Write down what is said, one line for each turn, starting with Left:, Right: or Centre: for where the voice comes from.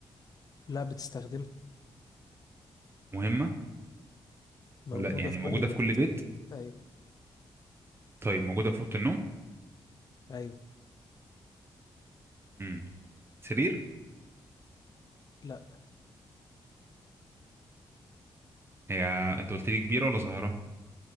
Left: لا بتستخدمها
Right: مهمة
Left: موجوده
Right: ولا يعني
Left: في كل
Right: موجودة
Left: بيت
Right: في كل بيت
Left: ايوه
Right: طيب موجودة في أوضة النوم
Left: ايوه
Right: امم سرير
Left: لا
Right: هي أنت قلت لي كبيرة ولا صغيرة